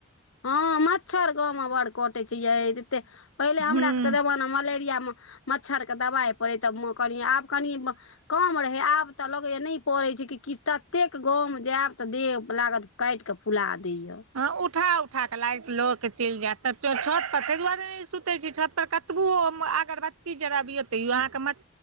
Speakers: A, on the left; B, on the right.
A: हँ मच्छर गाँवमे बड़ कटै छै यै ते पहिले हमरा
B: हूँ
A: सबके जमाना मलेरियामे मच्छरके दबाइ पड़ै तब म कनि आब कनि कम रहै आब तऽ लगै एना पड़ै छै कि कि ततेक गाँवमे जायब तऽ देह लागत काइटक फुला दैए
B: अ उठा उठा के लागय लो के चैल जायत तौ छत पर तै दुवारे ने सूत छत पर कतबुवो अगरबत्ती जराबिय तैयो अहाँके मछ